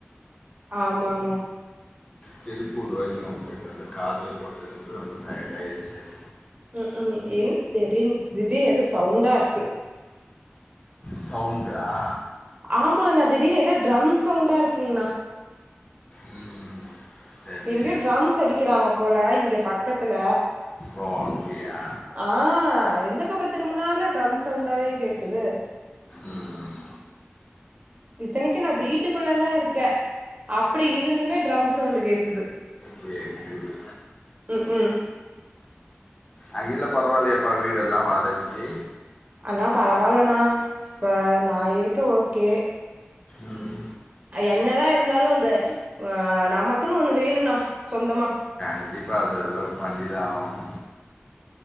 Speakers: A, on the right; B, on the left.
A: ஆமாங்ண்ண
B: திருப்பூர் வரைக்கு நாம போய்ட்டு வந்தா காதுல போட்டிருந்த <unintelligible> டயர்டாய்டுச்சு <inaudible>
A: உம் உஹ் என் தெரின்சு திடீர்னு எதோ சவுண்டா இருக்கு
B: சவுண்டு ஆ
A: ஆமாண்ண திடிர்னு ஏத ட்ரம் சவுண்டா இருக் திங்னா
B: ம், தெரியலையே
A: எங்கேயு ட்ரம்ஸ் அடிக்குறாங்க போல இங்க பக்கத்துல
B: ஓ அங்கேயா
A: ஆ எந்த பக்க திரும்புனாலு ட்ரம்ஸ் சவுண்டாவே கேக்குது
B: ம்
A: இத்தனைக்கு நா வீட்டுக்குள்ளதா இருக்கே அப்டி இருந்துமே ட்ரம் சவுண்டு கேக்குது
B: கேட்குது
A: உம் உம்
B: அங்கேல பரவாயில்லயாப்பா வீடெல்லா வாடகைக்கு
A: அண்ணா பரவால்லண்ணா இப்ப நா இருக்க ஓகே
B: ம்
A: என்னதா இருந்தாலு அந்த ஆ நமக்குன்னு ஒண்ணு வேணும்னா சொந்தமா
B: கண்டிப்பா அத எதோ பண்ணிதா ஆகணு